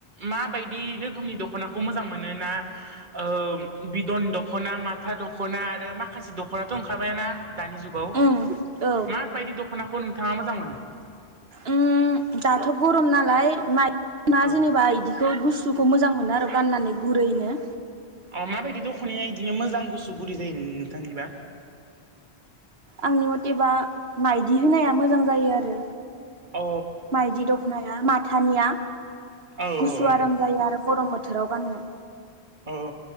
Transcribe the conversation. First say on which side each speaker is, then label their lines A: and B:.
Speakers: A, on the right; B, on the right.
A: माबायदि रोखोमनि दख'नाखौ मोजां मोनो मोनोना ओ बिदन दख'ना माथा दख'ना आरो माखासे दख'नाथ' ओंखारबायाना दानि जुगाव
B: उम औ
A: माबायदि दख'नाखौ नोंथाङा मोजां मोनो
B: उम दाथ' गरम नालाय माइरा
A: औ
B: जेनेबा इदिखौ गुसु खौ मोजां मोनो आरो गाननानै गुरैनो
A: अ माबायदि दख'नाया इदिनो मोजां गुसु गुदि जायो नोंथांनिबा
B: आंनि मथेबा माइदि होनाया मोजां जायो आरो
A: अ
B: माइदि दख'नाया माथानिया
A: अ औ औ
B: गुसु
A: औ
B: आराम
A: औ
B: जायो आरो गरम बोथोर बोथोराव गाननो
A: औ औ